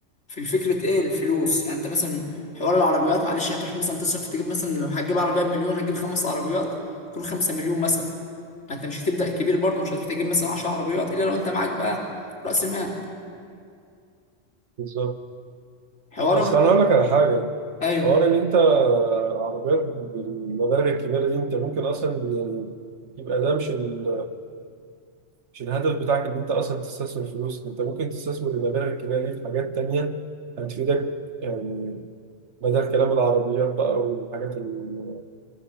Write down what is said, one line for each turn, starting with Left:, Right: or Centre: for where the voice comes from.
Left: في الفكرة ايه الفلوس يعني انت مثلا حوار العربيات معلش هتروح مثلا تصرف تجيب مثلا لو هتجيب عربية بمليون هتجيب خمس عربيات كل خمسة مليون مثلا انت مش هتبدأ كبير برضه مش هتروح تجيب مثلا عشر عربيات الا لو انت معاك بقى رأس مال
Right: بالظبط
Left: حوار
Right: بس
Left: الم...
Right: انا اقول لك على حاجه
Left: ايوه
Right: حوار ان انت عربيات بالمبالغ الكبيره دي انت ممكن اصلا يعني يبقى ده مش ال... مش الهدف بتاعك ان انت اصلا تستثمر فلوسك انت ممكن تستثمر المبالغ الكبيره دي في حاجات تانية هتفيدك يعني بدل كلام العربيات بقى والحاجات ال-